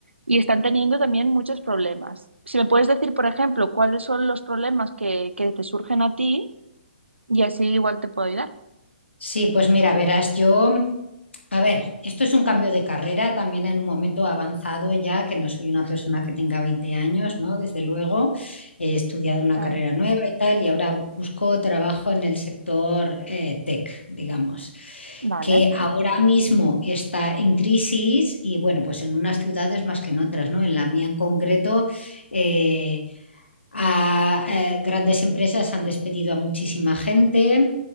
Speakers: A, on the right; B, on the left.
A: y están teniendo también muchos problemas. Si me puedes decir, por ejemplo, cuáles son los problemas que, que te surgen a ti y así igual te puedo ayudar.
B: Sí, pues mira, verás, yo... A ver, esto es un cambio de carrera también en un momento avanzado ya, que no soy una persona que tenga 20 años, ¿no? Desde luego, he estudiado una
A: Claro.
B: carrera nueva y tal, y ahora busco trabajo en el sector eh, tech, digamos,
A: Vale.
B: que ahora mismo está en crisis y bueno, pues en unas ciudades más que en otras, ¿no? En la mía en concreto, eh, a, eh, grandes empresas han despedido a muchísima gente